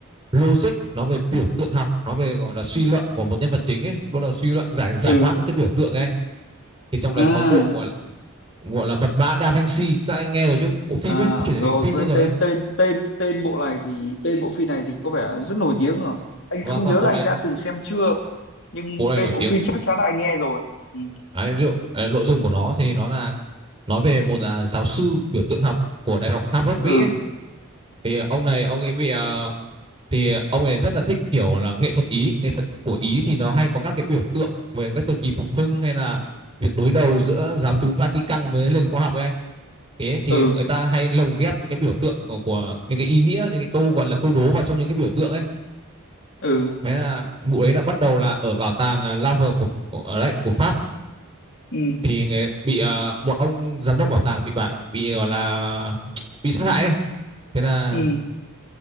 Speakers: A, on the right; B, on the left.
A: logic, nói về biểu tượng học, nói về gọi là suy luận của một nhân vật chính ấy, bắt đầu suy luận giải giải
B: ừ
A: mã các cái biểu tượng ấy anh. Thì trong
B: à
A: đấy có bộ gọi là, gọi là mật mã Da Vinci, chắc anh nghe rồi chứ? Bộ phim
B: à
A: ấy nó chuyển thể
B: rồi
A: thành phim
B: quên
A: luôn rồi
B: tên
A: ấy.
B: tên tên tên bộ này thì tên bộ phim này thì có vẻ rất nổi tiếng rồi anh
A: Và,
B: không
A: và
B: nhớ
A: bộ
B: là
A: này
B: anh đã từng xem chưa nhưng
A: bộ này
B: tên
A: nổi
B: bộ
A: tiếng
B: phim chắc chắn là anh nghe rồi ừ
A: Đấy, ví dụ ờ, nội dung của nó thì nó là nói về một à, giáo sư biểu tượng học của Đại học Harvard
B: ừ
A: Mỹ ấy. Thì ông này ông ấy bị ờ, thì ông ấy rất là thích kiểu là nghệ thuật Ý, nghệ thuật của Ý thì nó hay có các cái biểu tượng về các thời kỳ phục hưng hay là việc đối đầu giữa giáo chúng Vatican với nền khoa học ấy anh. Thế thì
B: ừ
A: người ta hay lồng ghép những cái biểu tượng của những cái ý nghĩa, những cái câu gọi là câu đố vào trong những cái biểu tượng ấy.
B: ừ
A: Thế là vụ ấy là bắt đầu là ở bảo tàng à, Louvre của ở đấy của Pháp
B: ừ
A: thì bị ờ, một ông giám đốc bảo tàng bị bạn bị gọi là bị sát hại ấy. Thế là
B: ừ